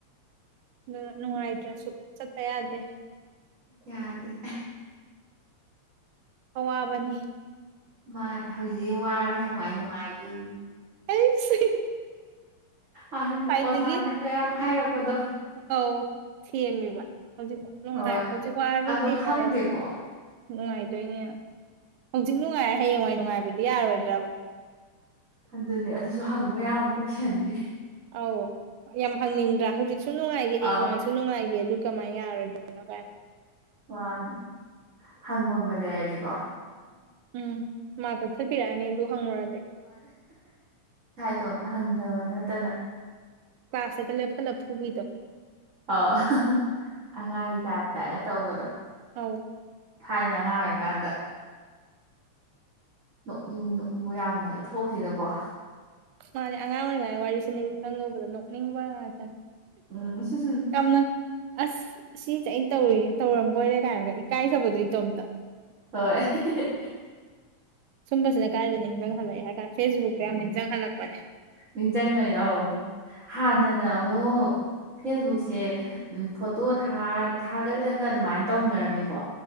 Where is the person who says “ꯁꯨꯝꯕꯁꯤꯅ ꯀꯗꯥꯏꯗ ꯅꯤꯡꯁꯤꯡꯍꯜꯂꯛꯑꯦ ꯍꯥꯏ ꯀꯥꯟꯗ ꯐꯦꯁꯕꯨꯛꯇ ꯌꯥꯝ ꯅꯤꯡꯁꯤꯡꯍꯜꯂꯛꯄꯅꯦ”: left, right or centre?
Right